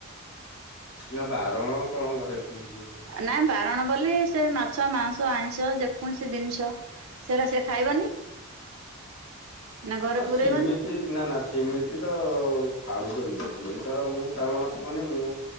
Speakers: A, on the left; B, on the right.
A: ନା ବାରଣ କଣ ଘରେ ଶୁଣିଛି
B: ନାଇଁ ବାରଣ ବୋଲି ସେ ମାଛ ମାଂଁସ ଆଇଁଷ ଯେକୌଣସି ଜିନିଷ ସେଟା ସେ ଖାଇବନି ନା ଘରେ
A: ହ
B: ପୁରେଇବନି
A: ସୀମି ନା ନା ସେମିତି ତ ଖାଉଛନ୍ତି ଇଏ ଧର ମୁଁ ଚାଉଳ ମାସ କନି ମୁଁ